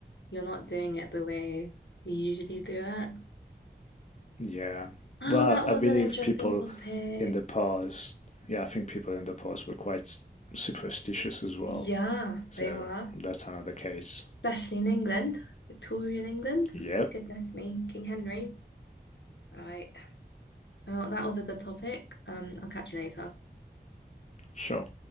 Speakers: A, on the left; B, on the left.
A: you're not doing it the way we usually do it.
B: Yeah.
A: Oh,
B: Well,
A: that was
B: I believe
A: an interesting
B: people
A: topic.
B: in the past, yeah, I think people in the past were quite superstitious as well.
A: Yeah,
B: So
A: they were,
B: that's another case.
A: especially in England, Victorian England.
B: Yep,
A: Goodness me, King Henry. Right. Well, that was a good topic. Um, I'll catch you later.
B: sure.